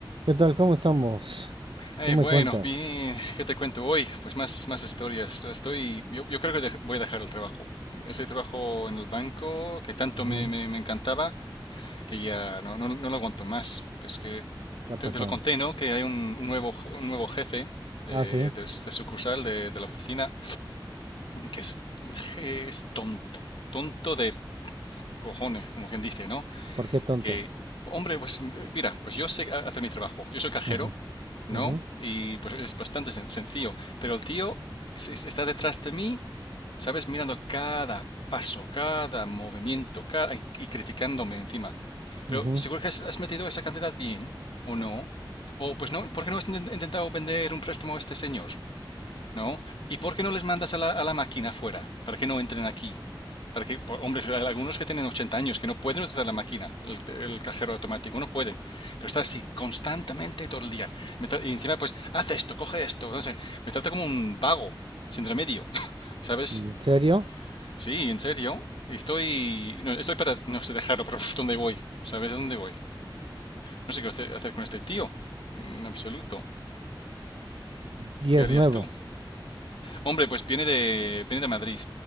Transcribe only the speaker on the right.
¿Qué tal? ¿Cómo estamos?
¿Qué me
cuentas?
Ujú,
¿Qué ha
pasado?
Ah, sí.
¿Por qué tonto?
Ujú,
ujú,
ujú.
¿En serio?
Y
es
nuevo.